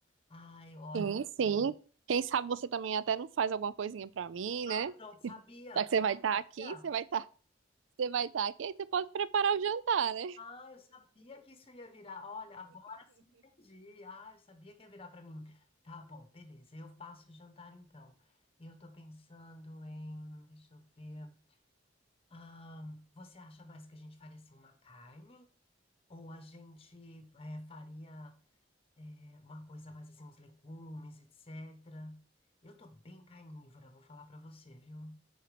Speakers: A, on the left; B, on the right.
A: Ai, olha.
B: Sim, sim. Quem sabe você também até não faz alguma coisinha pra mim,
A: Ah,
B: né?
A: pronto, sabia!
B: Já que você vai
A: Sabia!
B: estar aqui, você vai estar, você vai estar aqui, aí você pode preparar o jantar, né?
A: Ah, eu sabia que isso ia virar. Olha, agora sim entendi. Ah, eu sabia que ia virar para mim. Tá bom, beleza. Eu faço o jantar então. Eu tô pensando em, deixa eu ver. Ah, você acha mais que a gente faria assim uma carne? Ou a gente eh, faria eh, uma coisa mais assim, uns legumes, etc. Eu tô bem carnívora, vou falar para você, viu?